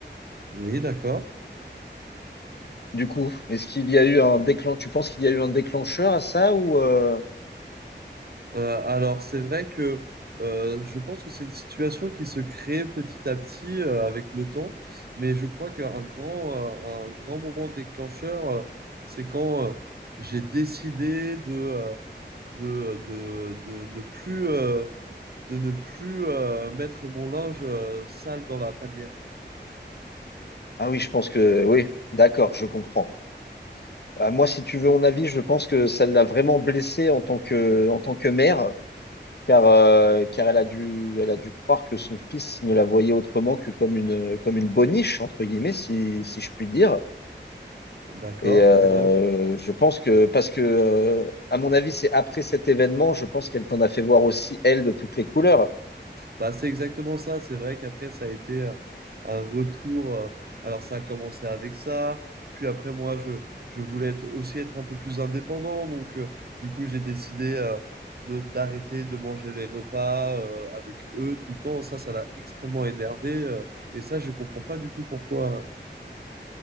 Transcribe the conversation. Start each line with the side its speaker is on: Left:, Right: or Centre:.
Right: Oui, d'accord.
Left: Du coup, est-ce qu'il y a eu un déclencheur? Tu penses qu'il y a eu un déclencheur à ça ou euh,
Right: Euh, alors, c'est vrai que euh, je pense que c'est une situation qui se crée petit à petit euh, avec le temps, mais je crois qu'un grand, euh, un grand moment déclencheur, euh, c'est quand euh, j'ai décidé de, euh, de, de, de, ne plus, euh, de ne plus euh, mettre mon linge euh, sale dans la panière.
Left: Ah oui, je pense que oui, d'accord, je comprends. Ah, moi, si tu veux mon avis, je pense que ça l'a vraiment blessé en tant que en tant que mère car, euh, car elle a dû, elle a dû croire que son fils ne la voyait autrement que comme une, comme une boniche, entre guillemets, si, si je puis dire.
Right: D'accord,
Left: Et euh,
Right: très bien.
Left: je pense que, parce que, euh, à mon avis, c'est après cet événement, je pense qu'elle t'en a fait voir aussi, elle, de toutes les couleurs.
Right: Bah, c'est exactement ça. C'est vrai qu'après, ça a été euh, un retour. euh, Alors, ça a commencé avec ça. Puis après, moi, je, je voulais être- aussi être un peu plus indépendant. Donc, euh, du coup, j'ai décidé euh, de, d'arrêter de manger les repas euh, avec eux tout le temps. Ça, ça l'a extrêmement énervé. euh, et ça, je comprends pas du tout pourquoi.